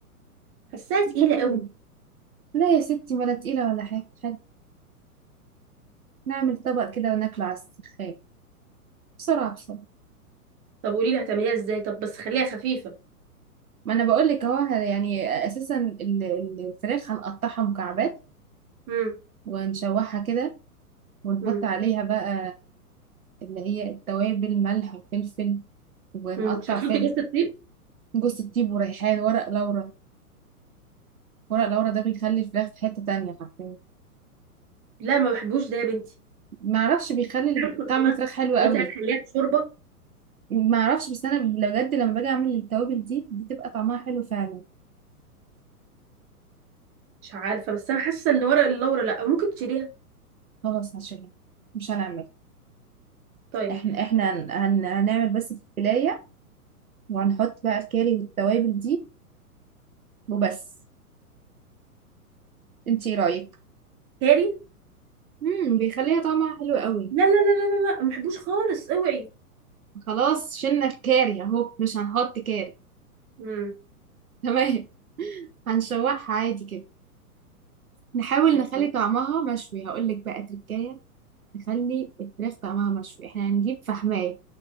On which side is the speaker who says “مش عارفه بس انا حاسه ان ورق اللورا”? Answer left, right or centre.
Right